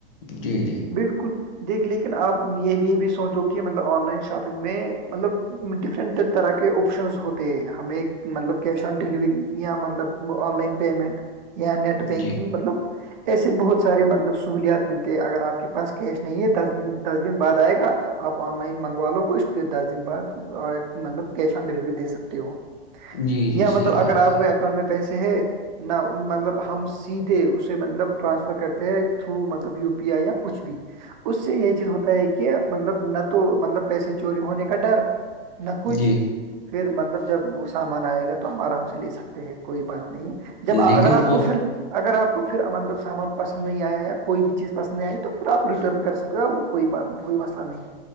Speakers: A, on the left; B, on the right.
A: جی جی
B: بالکل دیکھ لیکن آپ یہ یہ بھی سوچو کہ مطلب آن لائن شاپنگ میں مطلب ڈفرنٹ طرح کے آپشنز ہوتے ہیں ہمیں مطلب کیش آن ڈیلیوری یا مطلب آن لائن پیمینٹیا نیٹ بینکنگ
A: جی
B: مطلب ایسے بہت سارے مطلب سہولیات ملتے ہے اگر آپ کے پاس کیش نہیں ہے دس دس دن بعد آئے گا آپ آن لائن منگوا لو کچھ پھر دس دن بعد مطلب کیش آن ڈیلیوری دے سکتے ہو
A: جی جی
B: یا مطلب
A: صحیح
B: اگر
A: فرما
B: آپ
A: رہے ہیں۔
B: کو میں پیسے ہے نہ مطلب ہم سیدھے اسے مطلب ٹرانسفر کرتے ہیں تھرو مطلب یو پی آئی یا کچھ بھی اس سے یہی چیز ہوتا ہے کہ مطلب نہ تو مطلب پیسے چوری ہونے کا ڈر نہ کچھ
A: جی
B: پھر مطلب جب وہ سامان آئے گا تو ہم آرام سے لے سکتے کوئی بات نہیں جب اگر
A: لیکن
B: آپ کو
A: آف
B: پھر اگر آپ کو پھر مطلب سامان پسند نہیں آیا یا کوئی بھی چیز پسند نہیں آئی تو پھر آپ ریٹرن کر سکتے ہیں تو کوئی بات کوئی مسئلہ نہیں ہے